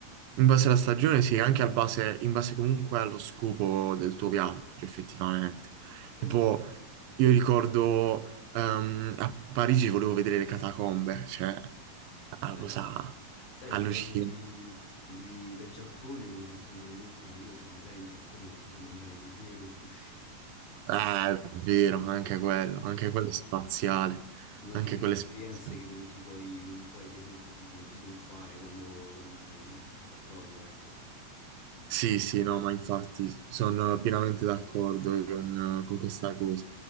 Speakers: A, on the right (about 85°); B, on the left (about 45°).
A: In base alla stagione, sì, anche al base, in base comunque allo scopo del tuo viaggio, effettivamente.
B: Esatto.
A: Tipo, io ricordo ehm, a Parigi volevo vedere le catacombe, cioè, una
B: Beh,
A: cosa
B: s- sai,
A: allucinante.
B: parlando di, di- del Giappone, mi hai fatto venire in mente che io ci andrei in Giappone, ma per mangiare il vero sushi.
A: Eh, è vero, anche quello, anche quello è spaziale,
B: Una
A: anche
B: di quelle
A: quello
B: esperienze
A: è spaziale.
B: che non ti puoi, non puoi permetterti di non, di non fare quando, quando stai a Tokyo, ecco.
A: Sì, sì, no, ma infatti sono pienamente d'accordo con, con questa cosa.